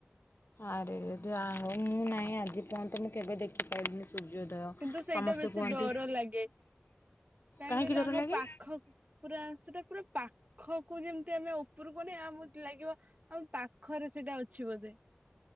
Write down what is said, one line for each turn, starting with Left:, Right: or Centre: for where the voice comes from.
Left: ଆରେ ଯାହା ହଉ ମୁଁ ନାହିଁ ଆଜି ପୁର୍ଯ୍ୟନ୍ତ ମୁଁ କେବେ ଦେଖିପାଇଲିନି ସୂର୍ଯ୍ୟୋଦୟ।
Right: କିନ୍ତୁ ସେଇଟା
Left: ସମସ୍ତେ
Right: ବେଶୀ
Left: କୁହନ୍ତି
Right: ଡର ଲାଗେ କାହିଁ
Left: କାହିଁକି
Right: କହିଲେ
Left: ଡର
Right: ଆମ
Left: ଲାଗେ
Right: ପାଖ ପୁରା ସେଟା ପୁରା ପାଖକୁ ଯେମତି ଆମେ ଉପରକୁ ଅନେଇବା ମତେ ଲାଗିବ ଆମ ପାଖରେ ସେଇଟା ଅଛି ବୋଧେ।